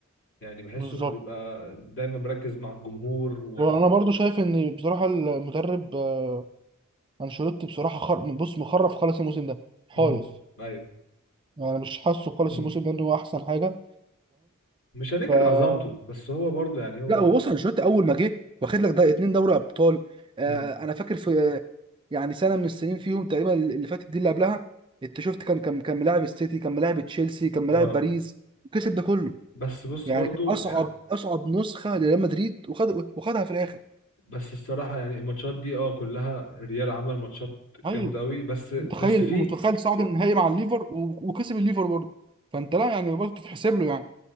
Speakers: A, on the left; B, on the right.
A: يعني بحسه
B: بالظبط
A: بيبقى دايما مركز مع الجمهور وال
B: وانا برضو شايف ان بصراحه المدرب آه، انشيلوتي بصراحه خر... بص مخرف خالص الموسم ده خالص
A: امم ايوه
B: يعني مش حاسه خالص
A: مم.
B: الموسم ده ان هو احسن حاجه
A: مش هننكر
B: فاهم
A: عظمته بس هو برضه يعني هو
B: لا هو بص انشيلوتي اول ما جه واخد لك ده اتنين دوري ابطال آه
A: امم
B: انا فاكر في آه، يعني سنه من السنين فيهم تقريبا اللي فاتت دي اللي قبلها انت شفت كان كان كان ملاعب السيتي كان ملاعب تشيلسي كان ملاعب
A: اه
B: باريس كسب ده كله
A: بس بص
B: يعني
A: برضه
B: كان اصعب
A: يعني
B: اصعب نسخه لريال مدريد وخد وخدها في الاخر
A: بس الصراحه يعني الماتشات دي اه كلها الريال عمل ماتشات جامده
B: ايوه
A: قوي بس بس
B: متخيل
A: في
B: ومتخيل صعد النهائي مع الليفر و- وكسب الليفر برضه فانت لا يعني برضه تتحسب له يعني